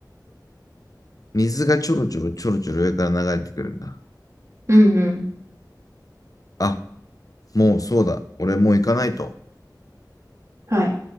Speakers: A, on the left; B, on the right.
A: 水がちょろちょろちょろちょろ上から流れてくるんだ。
B: うん、うん。
A: あ、もうそうだ。俺もう行かないと。
B: はい。